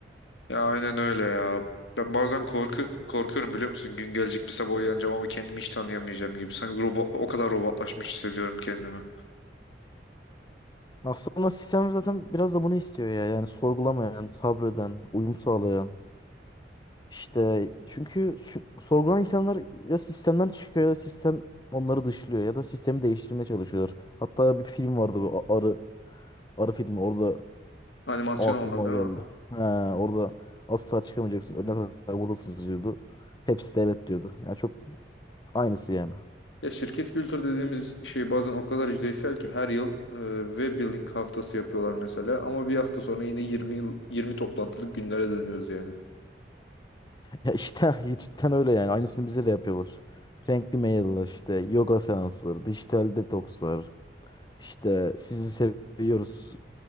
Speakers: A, on the left (about 85°); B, on the left (about 25°).
A: Ya aynen öyle ya. Ben bazen korku korkuyorum biliyor musun? Gün gelecek bir sabah uyanacağım ama kendimi hiç tanıyamayacağım gibi. Sanki robot, o kadar robotlaşmış hissediyorum kendimi.
B: Aslında sistem zaten biraz da bunu istiyor ya. Yani sorgulamayan, sabreden, uyum sağlayan. İşte çünkü şu- sorgulanan insanlar ya sistemden çıkıyor ya da sistem onları dışlıyor ya da sistemi değiştirmeye çalışıyorlar. Hatta bir film vardı bu A- Arı Arı filmi orada
A: Animasyon
B: o aklıma
A: olan değil
B: geldi.
A: mi?
B: He, orada asla çıkamayacaksın. Ölene kadar buradasınız diyordu. Hepsi de evet diyordu. Yani çok aynısı yani.
A: Ya şirket kültür dediğimiz şey bazen o kadar yüzeysel ki her yıl e, web building haftası yapıyorlar mesela ama bir hafta sonra yine 20 yıl 20 toplantılık günlere dönüyoruz yani.
B: Ya işte <laughs> cidden öyle yani. Aynısını bize de yapıyorlar. Renkli mailler işte yoga seansları, dijital detokslar, işte sizi seviyoruz